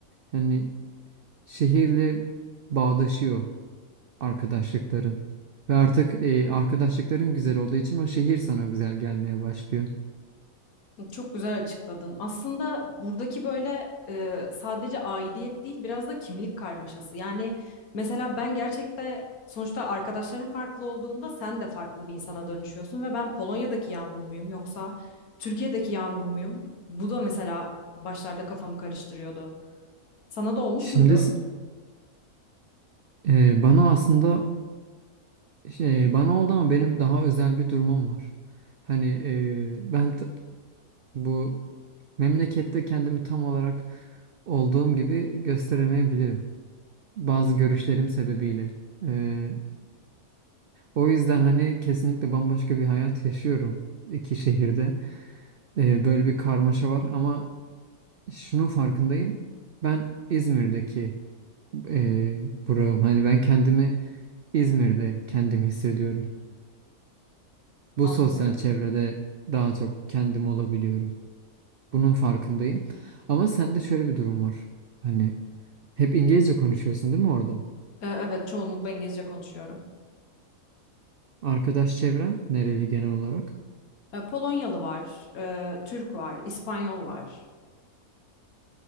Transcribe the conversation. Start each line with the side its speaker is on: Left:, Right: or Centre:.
Right: yani şehirle bağdaşıyor arkadaşlıkların. Ve artık e, arkadaşlıkların güzel olduğu için o şehir sana güzel gelmeye başlıyor.
Left: Çok güzel açıkladın. Aslında buradaki böyle e, sadece aidiyet değil biraz da kimlik karmaşası. Yani mesela ben gerçekten sonuçta arkadaşların farklı olduğunda sen de farklı bir insana dönüşüyorsun ve ben Polonya'daki Yağmur muyum yoksa Türkiye'deki Yağmur muyum? Bu da mesela başlarda kafamı karıştırıyordu. Sana da olmuş
Right: Şimdi
Left: muydu?
Right: s- e, bana aslında şey, bana oldu ama benim daha özel bir durumum var. Hani e, ben t- bu memlekette kendimi tam olarak olduğum gibi gösteremeyebilirim. Bazı görüşlerim sebebiyle. E, o yüzden hani kesinlikle bambaşka bir hayat yaşıyorum iki şehirde. E, böyle bir karmaşa var ama Şunun farkındayım. Ben İzmir'deki eee buram. Hani ben kendimi İzmir'de kendimi hissediyorum. Bu
Left: Anlıyorum.
Right: sosyal çevrede daha çok kendim olabiliyorum. Bunun farkındayım. Ama sende şöyle bir durum var. Hani hep İngilizce konuşuyorsun değil mi orada?
Left: E, Evet, çoğunlukla İngilizce konuşuyorum.
Right: Arkadaş çevren nereli genel olarak?
Left: E, Polonyalı var, e, Türk var, İspanyol var.